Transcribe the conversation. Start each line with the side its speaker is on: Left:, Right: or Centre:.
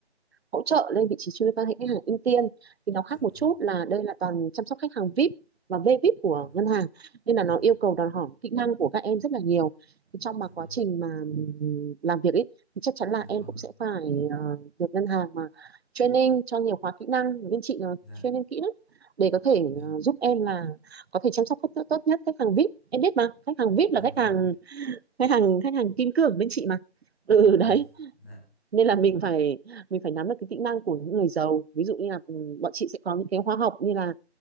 Right: hỗ trợ lên vị trí chuyên viên quan hệ khách hàng ưu tiên thì nó khác
Centre: dạ vâng
Right: một chút là đây là toàn chăm sóc khách hàng VIP và VVIP
Centre: dạ
Right: của
Centre: vâng
Right: ngân hàng nên là nó
Centre: dạ
Right: yêu
Centre: vâng
Right: cầu đòi hỏi kỹ năng của các em rất là nhiều thì trong
Centre: dạ
Right: mà quá
Centre: vâng
Right: trình mà làm việc ấy thì chắc chắn là
Centre: dạ
Right: em
Centre: vâng
Right: cũng sẽ phải ờ, được ngân hàng mà training cho nhiều khóa kỹ năng bên chị là
Centre: dạ
Right: training kỹ lắm để có thể
Centre: dạ
Right: ờ, giúp em là có thể chăm sóc khách tốt nhất khách hàng VIP em biết mà khách hàng VIP
Centre: dạ
Right: là khách
Centre: vâng
Right: hàng khách hàng khách hàng kim cương bên chị mà ừ
Centre: dạ vâng
Right: đấy
Centre: dạ
Right: nên là mình phải mình phải nắm được cái kỹ năng của những người giàu ví dụ như là ừ, bọn chị sẽ có những cái khóa học như là